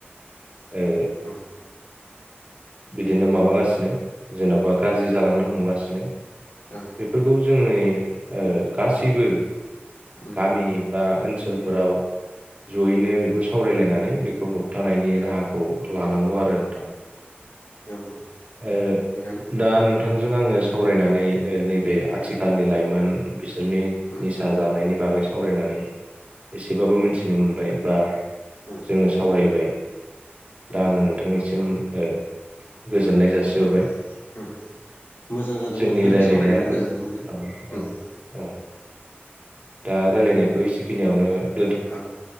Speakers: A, on the right (about 35°); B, on the left (about 85°).
A: ओ
B: औ
A: बिदिनो माबागासिनो जेन'बा गाज्रि जालांनो हमगासिनो
B: उम
A: बेफोरखौ जोङो ओ गासैबो
B: उम
A: गामि बा ओनसोलफोराव जयैनो बेखौ सावरायलायना नै बेखौ होबथानायनि राहाखौ लानांगौ आरो नोंथां
B: औ
A: ओ
B: थिगानो
A: दा नोंथांजों आङो सावरायनानै ओ नैबे आथिखालनि लाइमोन बिसोरनि
B: उम
A: निसा जानायनि बागै सावरायनानै एसेबाबो मिनथिनो मोनबाय। बा
B: उम
A: जोङो सावरायबाय।
B: उम
A: दा आङो नोंथांनिसि सिम ओ गोजोननाय जासिहरबाय
B: उम उम मोजां जादों
A: जोंनि
B: नोंथांजों
A: रायलायनायाबो
B: सावरायनानै गोजोननाय मोनदों।
A: औ औ
B: ओम ओम।
A: औ दा रायलायनायखौ एसे बेखिनियावनो
B: औ